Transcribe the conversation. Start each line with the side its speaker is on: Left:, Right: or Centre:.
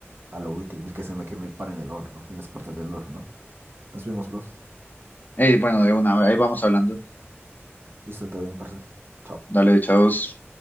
Right: a lo último y que se me queme el pan en el horno, en las puertas del horno. Nos vemos, bro.
Left: Eh, bueno, de una, ahí vamos hablando.
Right: Listo, todo bien, parce. Chao.
Left: Dale, chavos.